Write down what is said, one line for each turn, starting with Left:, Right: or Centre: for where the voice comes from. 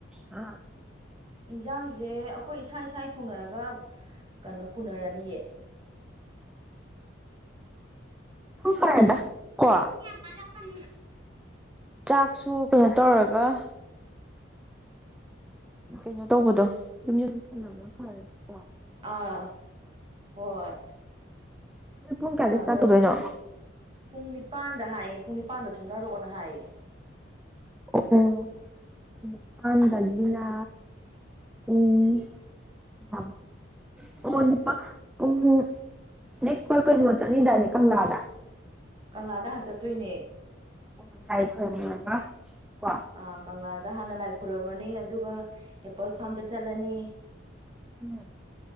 Centre: ꯑ
Right: ꯏꯟꯁꯥꯡꯁꯦ ꯑꯩꯈꯣꯏ ꯏꯁꯥ ꯏꯁꯥꯒꯤ ꯊꯣꯡꯅꯔꯒ ꯀꯩꯅꯣ ꯄꯨꯅꯔꯅꯤꯌꯦ
Centre: ꯐꯔꯦꯗ ꯀꯣ
Right: ꯇꯥꯔꯛꯀꯟ
Centre: ꯆꯥꯛꯁꯨ ꯀꯩꯅꯣ ꯇꯧꯔꯒ ꯀꯩꯅꯣ ꯇꯧꯕꯗꯣ ꯌꯨꯝ <inaudible>
Right: ꯑꯥ ꯍꯣꯏ
Centre: ꯅꯣꯏ ꯄꯨꯡ ꯀꯌꯥꯗ
Right: ꯑꯗꯣ
Centre: ꯏꯁꯇꯥꯔꯠ ꯇꯧꯗꯣꯏꯅꯣ
Right: ꯄꯨꯡ ꯅꯤꯄꯥꯟꯗ ꯍꯥꯏꯌꯦ ꯄꯨꯡ ꯅꯤꯄꯥꯟꯗ ꯊꯣꯛꯅꯔꯛꯑꯣꯅ ꯍꯥꯏꯌꯦ
Centre: ꯑꯣ ꯐꯥꯟꯗꯒꯤꯅꯥ ꯄꯨꯡ ꯃꯥ ꯑꯣꯄꯥ ꯎꯝ ꯅꯦꯛꯄ ꯀꯩꯅꯣ ꯆꯠꯅꯤꯗꯥꯏꯅꯦ ꯀꯪꯂꯥꯗ
Right: ꯀꯪꯂꯥꯗ ꯍꯥꯟ ꯆꯠꯇꯣꯏꯅꯦ
Centre: ꯑꯣ ꯂꯥꯏꯈꯨꯔꯝꯃꯨꯔꯒ ꯀꯣ
Right: ꯑ ꯀꯪꯂꯥꯗ ꯍꯥꯟꯅ ꯂꯥꯏ ꯈꯨꯔꯝꯃꯅꯤ ꯑꯗꯨꯒ ꯑꯦꯄꯜ ꯐꯥꯔꯝꯗ ꯆꯠꯂꯅꯤ
Centre: ꯎꯝ